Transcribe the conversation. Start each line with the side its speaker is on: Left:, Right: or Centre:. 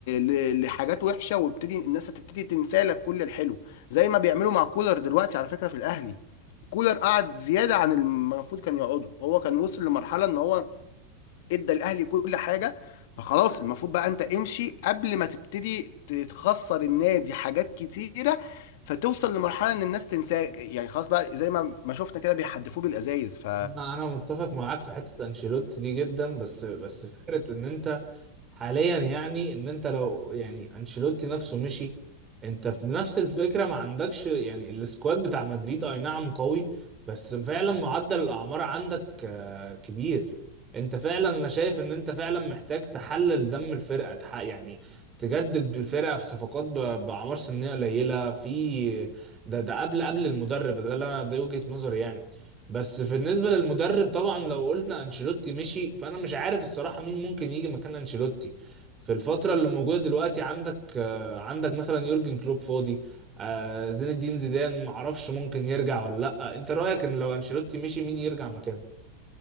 Left: ل... لحاجات وحشه ويبتدي الناس هتبتدي تنسى لك كل الحلو زي ما بيعملوا مع كولر دلوقتي على فكره في الاهلي كولر قعد زياده عن المفروض كان يقعده هو كان وصل لمرحله ان هو ادى الاهلي كل حاجه فخلاص المفروض بقى انت امشي قبل ما تبتدي تخسر النادي حاجات كتيره فتوصل لمرحله ان الناس تنساك يعني خلاص بقى زي ما ما شفنا كده بيحدفوه بالازايز ف
Right: انا أنا متفق معاك في حته انشيلوتي دي جدا بس بس فكره ان انت حاليا يعني ان انت لو يعني انشيلوتي نفسه مشي انت في نفس الفكره ما عندكش يعني السكواد بتاع مدريد اي نعم قوي بس فعلا معدل الاعمار عندك آه، كبير انت فعلا انا شايف ان انت فعلا محتاج تحلل دم الفرقه تح- يعني تجدد بالفرقه في صفقات ب- باعمار سنيه قليله في ده ده قبل قبل المدرب ده اللي انا ده وجهه نظري يعني بس في بالنسبة للمدرب طبعا لو قلنا انشيلوتي مشي فانا مش عارف الصراحة مين ممكن يجي مكان انشيلوتي في الفترة اللي موجودة دلوقتي عندك آه، عندك مثلا يورجن كلوب فاضي آه، زين الدين زيدان معرفش ممكن يرجع ولا لأ انت رأيك ان لو انشيلوتي مشي مين يرجع مكانه